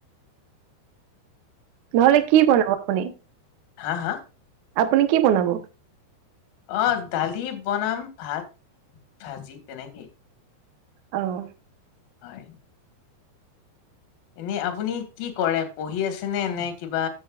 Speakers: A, on the right; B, on the left.
A: নহলে কি বনাব খনি।
B: হা হা?
A: আপুনি কি বনাব?
B: অ দালি বনাম, ভাত, ভাজি তেনেকেই।
A: আহ।
B: হয়। এনে আপুনি কি কৰে পঢ়ি আছেনে, এনে কিবা